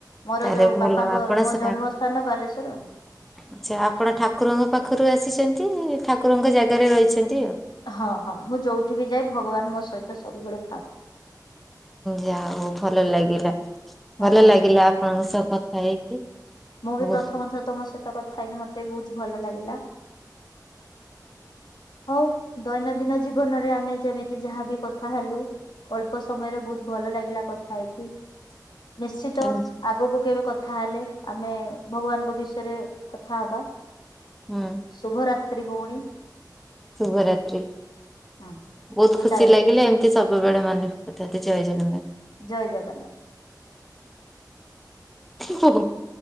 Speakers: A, on the left; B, in the centre.
A: ମୋର
B: ତାହେଲେ
A: ଯୋଉ
B: ଭଲ
A: ବାପାଙ୍କର
B: ଆପଣ
A: ମୋ
B: ସେ ଠା
A: ଜନ୍ମ ସ୍ଥାନ ବାଲେଶ୍ଵର।
B: ଆଚ୍ଛା। ଆପଣ ଠାକୁରଙ୍କ ପାଖରୁ ଆସିଚନ୍ତି ଠାକୁରଙ୍କ ଜାଗାରେ ରହିଚନ୍ତି ଆଉ।
A: ହଁ ହଁ, ମୁଁ ଯୋଉଠି ବି ଯାଏ ଭଗବାନ ମୋ ସହିତ ସବୁବେଳେ ଥାଆନ୍ତି।
B: ଯାହା ହଉ ଭଲ ଲାଗିଲା
A: ହଁ
B: ଭଲ ଲାଗିଲା ଆପଣଙ୍କ ସହ କଥା ହେଇକି।
A: ମୁଁ
B: ବହୁତ
A: ବି ପ୍ରଥମ ଥର ତମ ସହିତ କଥା ହେଇକି ମତେ ବି ବହୁତ ଭଲ ଲାଗିଲା। ହଉ ଦୈନନ୍ଦିନ ଜୀବନରେ ଆମେ ଯେମିତି ଯାହାବି କଥା ହେଲୁ। ଅଳ୍ପ ସମୟରେ ବହୁତ ଭଲ ଲାଗିଲା କଥା ହେଇକି। ନିଶ୍ଚିତ
B: ଏମିତି
A: ଆଗକୁ କେବେ କଥା ହେଲେ ଆମେ ଭଗବାନ୍ଙ୍କ ବିଷୟରେ କଥା ହବା।
B: ହୁଁ,
A: ଶୁଭରାତ୍ରି ଭଉଣୀ
B: ଶୁଭରାତ୍ରୀ।
A: ହୁଁ
B: ବୋହୁତ୍
A: ବିଦାୟ
B: ଖୁସି ଲାଗିଲେ ଏମିତି ସବୁବେଳେ ମନେ ପକଉଥାନ୍ତୁ ଜୟ ଜଗନ୍ନାଥ୍।
A: ଜୟ ଜଗନ୍ନାଥ୍।
B: <unintelligible>